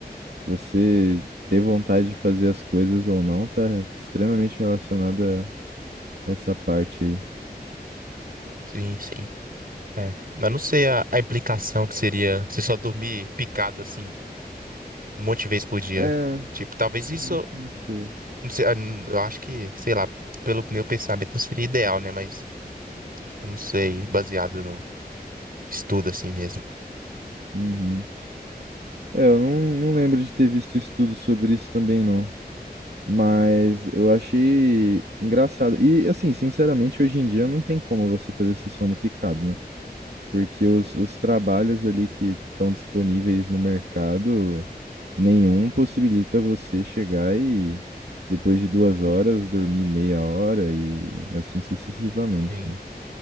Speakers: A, on the right; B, on the right.
A: Você ter vontade de fazer as coisas ou não tá extremamente relacionada a essa parte aí.
B: Sim, sim. É. Mas não sei a, a implicação que seria você só dormir picado assim um monte de vez por dia.
A: É,
B: Tipo, talvez isso
A: não não sei.
B: Não sei, ah, n- eu acho que, sei lá, pelo meu pensamento não seria ideal, né? Mas eu não sei, baseado no estudo assim mesmo.
A: Uhum. É, eu não, não lembro de ter visto estudo sobre isso também, não. Mas eu achei engraçado. E, assim, sinceramente, hoje em dia não tem como você fazer esse som no picado, né? Porque os, os trabalhos ali que estão disponíveis no mercado, nenhum possibilita você chegar e, depois de duas horas, dormir meia hora e assim sucessivamente,
B: Sim.
A: né?